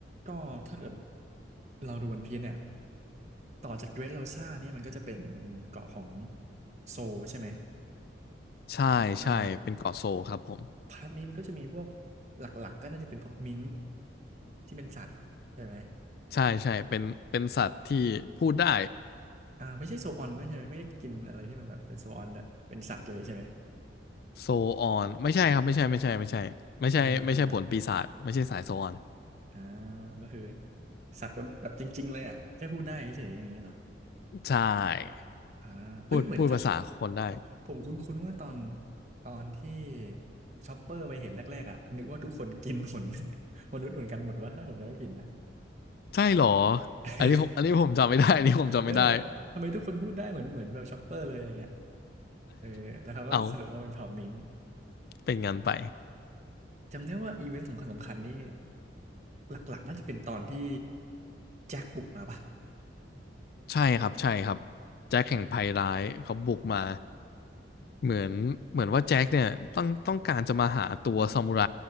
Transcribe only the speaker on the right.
ก็ถ้าเกิดเราดูวันพีซเนี่ยต่อจากเดรสโรซ่านี่มันก็จะเป็นเกาะของโซลใช่ไหม
อ่าพาร์ทนี้มันก็จะมีพวกหลักๆก็น่าจะเป็นพวกมิงค์ที่เป็นสัตว์ใช่ไหม
อ่าไม่ใช่โซออนด้วยใช่ไหมไม่ได้กินอะไรที่มันแบบเป็นโซออนด้วยเป็นสัตว์เลยใช่ไหม
อ่าอ่าอ่าก็คือสัตว์แบบจริงๆเลยอ่ะแค่พูดได้เฉยๆอย่างเงี้ยเหรอ
อ่าเอ้ยเหมือนจ
ำ ผมคุ้นๆว่าตอนตอนที่ช็อปเปอร์ไปเห็นแรกๆอ่ะนึกว่าทุกคนกินผล <laughs> มนุษย์เหมือนกันหมดวะถ้าผมจำไม่ผิดนะ
<laughs>
แล้วแบบทำไมทุกคนพูดได้เหมือนเหมือนแบบช็อปเปอร์เลยอะไรเงี้ยเออแล้วเขาก็สรุปว่าเป็นเผ่ามิง
จำได้ว่าอีเวนต์สำคัญสำคัญนี่หลักๆน่าจะเป็นตอนที่แจ็คบุกมาปะ
อ่า